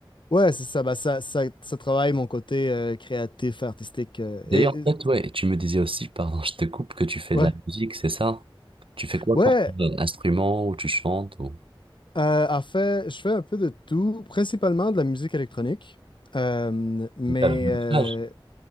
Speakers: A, on the left; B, on the right.
A: Ouais, c'est ça, Bah ça, ça. ça travaille mon côté euh, créatif, artistique. euh,
B: D'ailleurs,
A: et, et-
B: en fait, ouais, tu me disais aussi, pardon, je te coupe, que tu fais
A: ouais.
B: de la musique, c'est ça? Tu fais quoi
A: Ouais,
B: comme euh, instrument ou tu chantes ou
A: Euh, en fait, je fais un peu de tout, principalement de la musique électronique. Euh, mais
B: une table de
A: euh,
B: mixage?